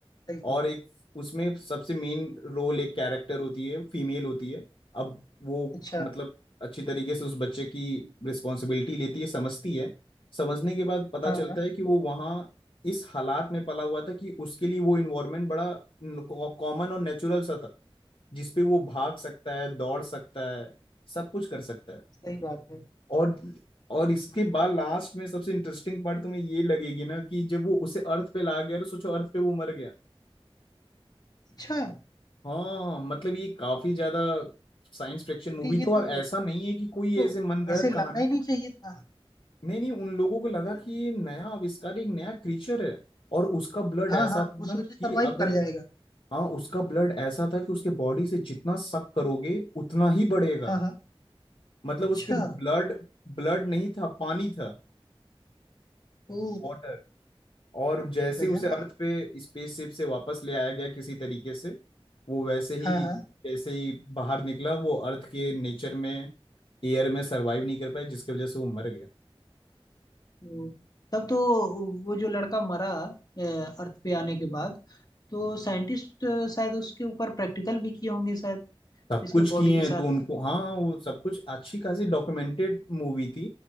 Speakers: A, on the left; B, on the left.
A: सही बात
B: और एक उसमें सबसे मेन रोल एक कैरेक्टर होती है फीमेल होती है अब वो
A: अच्छा
B: मतलब अच्छी तरीके से उस बच्चे की रिस्पॉन्सिबिलिटी लेती है समझती है समझने के बाद पता
A: हाँ
B: चलता
A: हाँ
B: है कि वो वहाँ इस हालात में पला हुआ था कि उसके लिए वो इन्वायरमेंट बड़ा कॉमन और नेचुरल सा था जिसपे वो भाग सकता है दौड़ सकता है सब कुछ कर सकता है
A: सही बात है
B: और और इसके बाद लास्ट में सबसे इंटरेस्टिंग पार्ट तुम्हें ये लगेगी ना कि जब वो उसे अर्थ पे ला गया और सोचो अर्थ पे वो मर गया
A: अच्छा
B: हाँ मतलब ये काफी ज्यादा साइंस फिक्शन मूवी
A: अरे
B: थी
A: ये तो,
B: और ऐसा नहीं है कि कोई
A: तो
B: ऐसे मनगढ़ंत
A: ऐसे लाना
B: कहानी
A: ही
B: थी
A: नहीं चाहिए था
B: नहीं नहीं उन लोगों को लगा
A: है ना
B: कि ये नया आविष्कार एक नया क्रीचर है और उसका ब्लड
A: हाँ
B: ऐसा
A: हाँ
B: था
A: वो
B: ना
A: सोचे सरवाइव
B: कि अगर
A: कर जाएगा
B: हाँ उसका ब्लड ऐसा था कि उसके बॉडी से जितना सक करोगे उतना ही बढ़ेगा
A: हाँ हाँ
B: मतलब
A: अच्छा
B: उसके ब्लड ब्लड नहीं था पानी था
A: ओ
B: वाटर और जैसे
A: गजब
B: उसे अर्थ पे स्पेसशिप से वापस ले आया गया किसी तरीके से वो वैसे ही
A: हाँ हाँ
B: जैसे ही बाहर निकला वो अर्थ के नेचर में एयर में सरवाइव नहीं कर पाया जिसकी वजह से वो मर गया
A: हम्म, तब तो वो जो लड़का मरा अ, अर्थ पे आने के बाद तो साइंटिस्ट शायद उसके ऊपर प्रैक्टिकल भी किए होंगे शायद
B: सब
A: इसके
B: कुछ
A: बॉडी
B: किए
A: के
B: हैं
A: साथ
B: तो उनको हाँ वो सब कुछ अच्छी खासी डॉक्यूमेंटेड मूवी थी